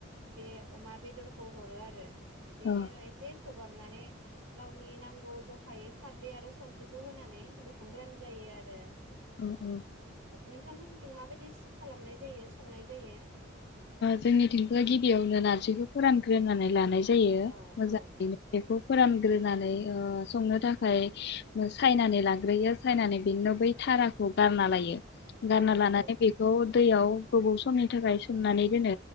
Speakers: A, on the right; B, on the left.
A: बे अमा बेदरखौ हरो आरो बेनि
B: औ
A: उनाव एसे खोबहाब नानै गावनि नांगौ जखायै खारदै आरो संख्रिखौ होनानै दिखांब्लानो जायो आरो।
B: औ औ
A: नोंथांमोननि जों माबायदि सो खालामनाय जायो संनाय जायो।
B: जोंनि थिंजाय गिबियावनो नार्जिखौ फोरानग्रोनानै लानाय जोयो। जायो
A: औ
B: मोजाङैनो
A: औ
B: बेखौ फोरानग्रोनानै ओ संनो थाखाय सायनानै लाग्रोयो सायनानै बेनोव बै थाराखौ गारना लायो गारना
A: औ
B: लानानै
A: औ
B: बेखौ दैयाव गोबाव समनि थाखाय सोमनानै दोनो